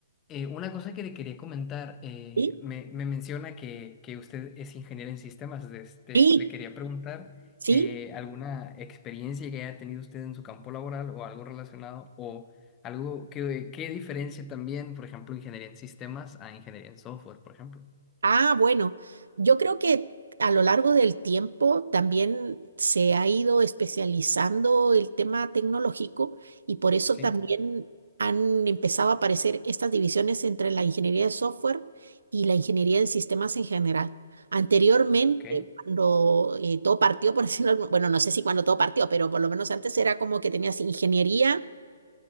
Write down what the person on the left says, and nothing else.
eh, una cosa que le quería comentar, eh,
me, me menciona que, que usted es ingeniero en sistemas, de este,
le quería preguntar
eh, alguna experiencia que haya tenido usted en su campo laboral o algo relacionado o algo que, que diferencia también, por ejemplo, ingeniería en sistemas a ingeniería en software, por ejemplo.
Sí,
ok,